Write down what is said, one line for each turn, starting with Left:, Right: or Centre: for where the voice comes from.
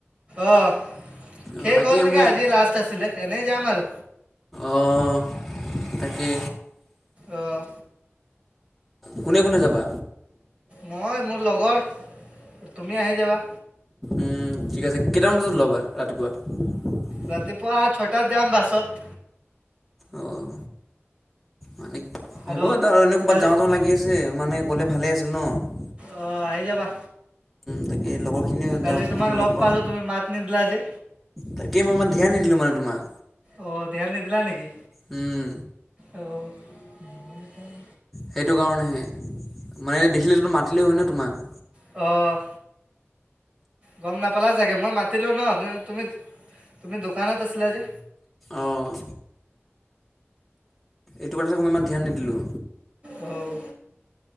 Right: অঁ শেষ
Centre: অঁ তাকেই
Right: হ'ল নেকি,
Centre: মোৰ
Right: আজি লাষ্ট আছিলে। এনেই যাম আৰু
Centre: অঁ তাকে
Right: অহ
Centre: কোনে কোনে যাবা?
Right: মই, মোৰ লগৰ তুমি আহি যাবা।
Centre: উম, ঠিক আছে, কেইটামান বজাত ওল'বা ৰাতিপুৱা? <unintelligible>
Right: ৰাতিপুৱা ছয়টাত যাম বাছত।
Centre: অঁ মানে
Right: আৰু
Centre: হ'ব তাৰ এনেও ক'ৰবাত
Right: কালি
Centre: যাওঁ যাওঁ লাগি আছে। মানে গ'লে ভালেই আছিল ন'?
Right: অ' আহি যাবা।
Centre: তাকে লগৰ খিনিও
Right: কালি
Centre: যাম,
Right: তোমাক
Centre: লগ পাওঁ।
Right: পালোঁ তুমি মাত নিদিলা যে
Centre: তাকেই মই ইমান ধ্যান নিদিলো মানে তোমাক।
Right: অ' ধ্যান নিদিলা নেকি?
Centre: উম।
Right: অ' যাবলে পাম
Centre: সেইটো কাৰণেহে মানে দেখিলো তো মাতিলেও হয় ন' তোমাক।
Right: অ' গ'ম নাপালা চাগে, মই মাতিলো ন' তুমি তুমি দোকানত আছিলা যে।
Centre: অ' এইটো কাৰণে চাগে মই ইমান ধ্যান নিদিলোঁ।
Right: অ'